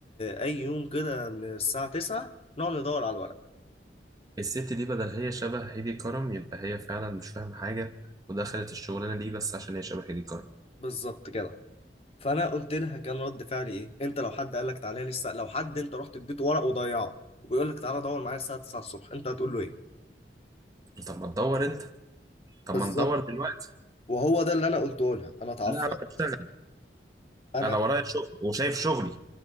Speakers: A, on the left; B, on the right.
A: اي يوم كده من الساعه 9 نقعد ندور على الورق
B: الست دي بدل هي شبه هيدي كرم يبقى هي فعلا مش فاهمة حاجة ودخلت الشغلانة دي بس عشان هي شبه هيدي كرم
A: بالظبط كده فانا قلت لها كان رد فعلي ايه انت لو حد قال لك تعالى لي الساعه لو حد انت رحت اديته ورق وضيعه وبيقول لك تعالى دور معايا الساعه 9 الصبح انت هتقول له ايه
B: طب ما تدور انت طب
A: بالظبط
B: ما ندور دلوقتي
A: وهو ده اللي انا قلته لها انا اتعفرت
B: لا انا بشتغل
A: انا
B: انا ورايا شغل وشايف شغلي